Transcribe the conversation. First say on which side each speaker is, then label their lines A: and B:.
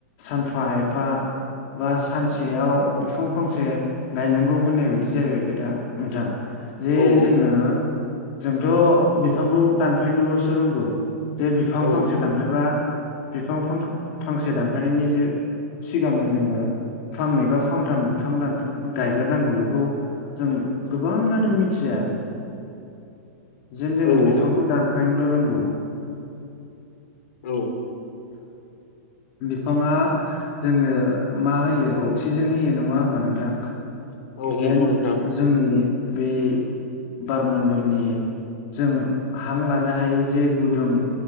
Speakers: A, on the left (about 50°); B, on the left (about 65°).
A: सानफा एफा। बा सानसेयाव बिफां फांसे गायनांगौ होननाय बायदि जाहैबाय खोथा। नोंथां जे
B: औ
A: जोङो। जोंथ बिफांखौ दानफायनोलसो रोंगौ। जे बिफां
B: औ
A: फांसे दानफायबा बिफां फांसे दानफायनायनि जे सिगाङो जोङो फांनै बा फांथाम बिफां दान गायग्रोनांगौ बेखौ। जों गोबाङानो मिथिया।
B: <inaudible>
A: जेन जोङो
B: औ औ
A: बिफांखौ दानफायनोल रोंगौ।
B: औ
A: बिफाङा जोंनो मा होयो अक्सिजेन होयो नङा होमबा नोंथां।
B: औ
A: जेन
B: नंगौ नोंथां
A: जोंनि बे बार मडलनि जों हां लानो हायो जे गुदुं।